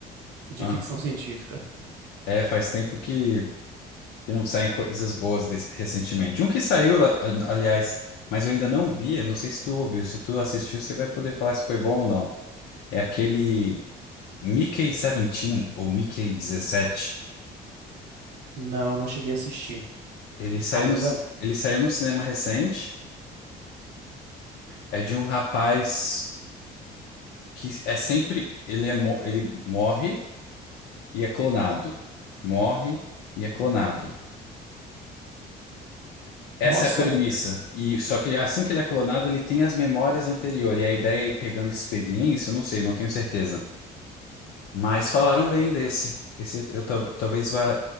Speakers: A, on the right; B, on the left.
A: de
B: Ah,
A: ficção científica.
B: é, faz tempo que. que não saem coisas boas des- recentemente. Um que saiu, la- aliás, mas eu ainda não vi, não sei se tu ouviu, se tu assistiu, você vai poder falar se foi bom ou não. É aquele Mickey 17 ou Mickey Dezessete.
A: Não, não cheguei a assistir.
B: Ele saiu
A: Ainda
B: no, ci-
A: não.
B: ele saiu no cinema recente, é de um rapaz que é sempre, ele é, mo- ele morre e é clonado. Morre e é clonado. Essa
A: Nossa!
B: é a premissa. E só que assim que ele é clonado, ele tem as memórias anteriores. E a ideia é ir pegando experiência, eu não sei, não tenho certeza. Mas falaram bem desse. Esse eu, eu tal- talvez vá,